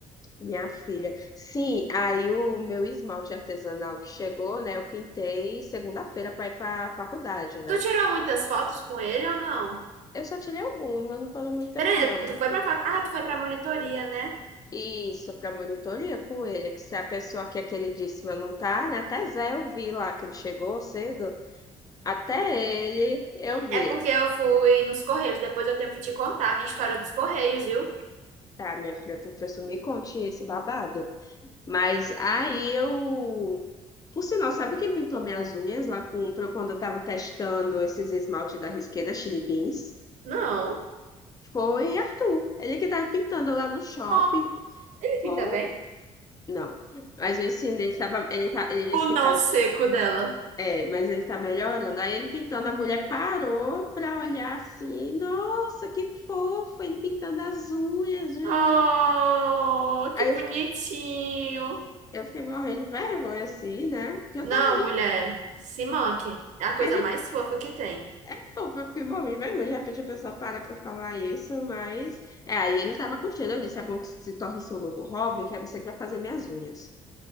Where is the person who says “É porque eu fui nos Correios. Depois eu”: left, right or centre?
Right